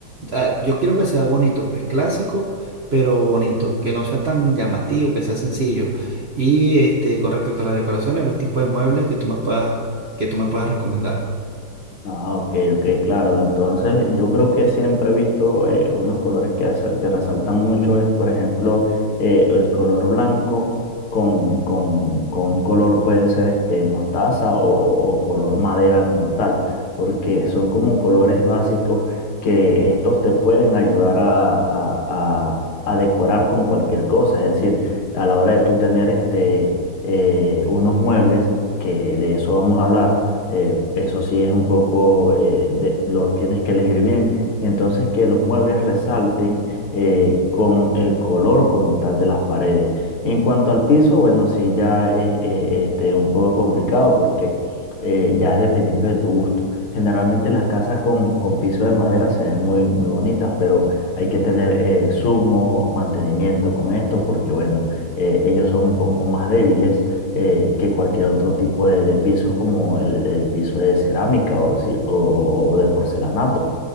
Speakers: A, on the right (about 85°); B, on the left (about 85°).
A: ah, yo quiero que sea bonito, pues clásico, pero bonito, que no sea tan llamativo, que sea sencillo. Y este, con respecto a las decoraciones, los tipos de muebles que tú me puedas, que tú me puedas recomendar.
B: Ah, ok, ok, claro. Entonces, yo creo que siempre he visto eh, unos colores que, hace- que resaltan mucho, es por ejemplo eh, el color blanco con, con, con un color puede ser este mostaza o, o- o color madera como tal, porque son como colores básicos que estos te pueden ayudar a, a- a- a decorar con cualquier cosa. Es decir, a la hora de tú tener este, eh, unos muebles, que de eso vamos a hablar eh, eso sí es un poco, eh, de- lo tienes que elegir bien. Entonces que los muebles resalten eh, con el color como tal de las paredes. Y en cuanto al piso, bueno, sí ya es eh, este, un poco complicado porque eh, ya es dependiendo de tu gusto. Generalmente las casas con, con piso de madera se ven muy, muy bonitas, pero hay que tener eh, sumo mantenimiento con esto porque, bueno, eh, ellos son un poco más débiles eh, que cualquier otro tipo de, de pisos como el, el piso de cerámica o, si- o, o de porcelanato.